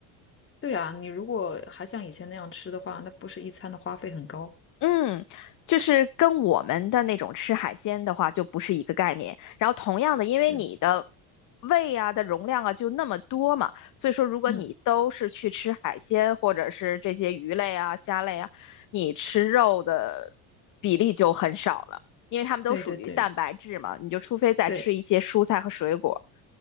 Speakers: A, on the left (about 25°); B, on the left (about 45°).
A: 对啊，你如果还像以前那样吃的话，那不是一餐的花费很高？
B: 嗯，就是跟我们的那种吃海鲜的话就不是一个概念。然后同样的，因为你的
A: 对，
B: 胃啊的容量啊就那么多嘛，所以说如果你都是去吃海鲜或者是这些鱼类啊、
A: 嗯，
B: 虾类啊，你吃肉的比例就很少了，因为它们都属于蛋白质嘛，
A: 对对对
B: 你就除非再吃一些蔬菜和水果，
A: 对，